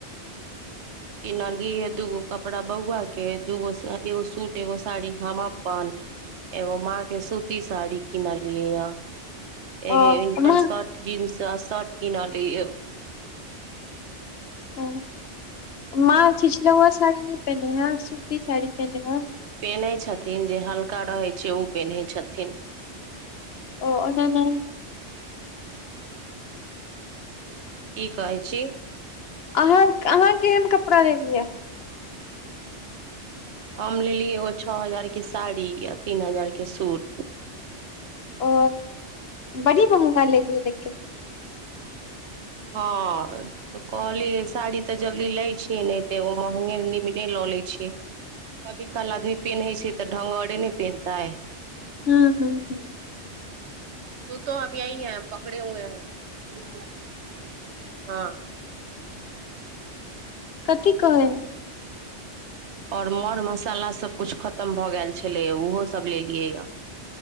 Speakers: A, on the right; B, on the left.
A: किनलिये हे दूगो कपड़ा बौआ के दूगो एगो सूट एगो साड़ी हम अपन
B: <inaudible>
A: एगो माँ के सूती साड़ी किनलियए य एगे
B: ओ
A: हिनकर
B: माँ
A: शर्ट जीन्स आ शर्ट किनलिये
B: हँ माँ छिछलौआ साड़ी नइ पेन्हे हेय सूती साड़ी पेन्हे हेय
A: पेन्है छथिन जे हल्का रहै छै उ पेन्है छथिन
B: ओ ओना नइ
A: की कहै छी
B: अहाँ अहाँ केहन कपड़ा लेलियै
A: हम लेली एगो छो हजार के साड़ी आ तीन हजार के सूट
B: ओ बढ़ि महंगा लेलियए लेकिन
A: हँ तऽ कहलीयै साड़ी तऽ जल्दी लै छीयै नइ तऽ एगो महंगे नीमने लऽ लैय छियै
B: <inaudible>
A: कभी काल आदमी पेनहै छै तऽ ढंगरे नैय पेहनतै
B: हूँ हूँ हूँ
A: <inaudible>
B: कथी कहै
A: और मर मसाला सब कुछ खतम भ गेल छले उहो सब लेलियै यऽ